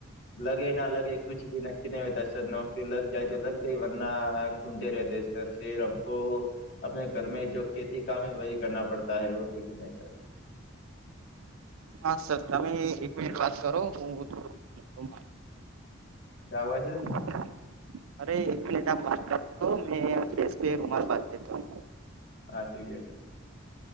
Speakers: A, on the left (about 60°); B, on the right (about 80°).
A: લગે ના લગે કુછ ભી નક્કી નહીતા સર નોકરી લગ જાય તો લગ ગઈ વરના ઘૂમતે રહેતે ફેર આપકો આપને ઘરમે જો ખેતી કામ હ વહી કરના પડતા હે ઓર કુછ નહી સર
B: હા સર તમે એક મિનિટ વાત કરો હું થોડું
A: <inaudible>
B: <unintelligible>
A: હા ઠીક હે.